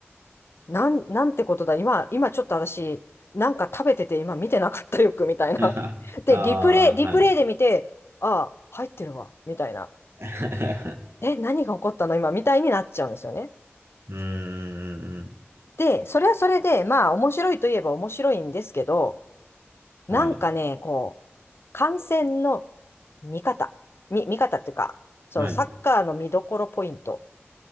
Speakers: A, on the left (about 65°); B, on the right (about 65°).
A: なん、なんてことだ。今、今ちょっと私、なんか食べてて今見てなかったよく、みたいな。
B: <laughs> ああ、
A: で、リプレイ、リプレイで見て、
B: はい。
A: ああ、入ってるわ、みたいな。
B: <laughs>
A: え、何が起こったの今、みたいになっちゃうんですよね。
B: うーん。
A: で、それはそれで、まあ、面白いといえば面白いんですけど、なんかね、
B: はい。
A: こう、観戦の見方、見、見方っていうか、そのサッカーの見どころポイント、
B: はい。